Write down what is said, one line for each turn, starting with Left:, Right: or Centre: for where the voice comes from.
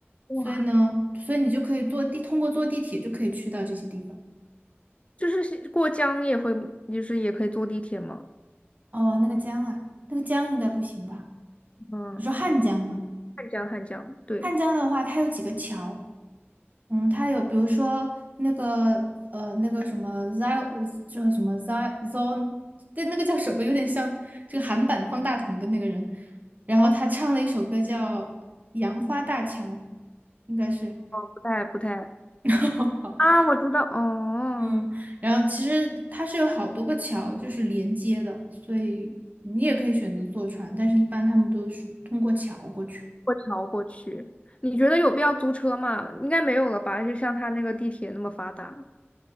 Left: 哇，
Right: 所以呢，所以你就可以坐地通过坐地铁就可以去到这些地方。
Left: 就是是过江也会，就是也可以坐地铁吗？
Right: 哦，那个江啊，那个江应该不行吧？
Left: 嗯，
Right: 你说汉江吗？
Left: 汉江，汉江，对，
Right: 汉江的话，它有几个桥，嗯，他有比如说那个呃那个什么 Zio 就是什么 z i Zone，对，那个叫什么，有点像这个韩版方大同的那个人，然后他唱了一首歌叫
Left: 哦，
Right: 《杨花大桥》，应该是
Left: 不太不太
Right: <laughs>，
Left: 啊，我知道，哦，
Right: 嗯，然后其实它是有好多个桥就是连接的，所以你也可以选择坐船，但是一般他们都是通过桥过去。
Left: 过桥过去，你觉得有必要租车吗？应该没有了吧？就像他那个地铁那么发达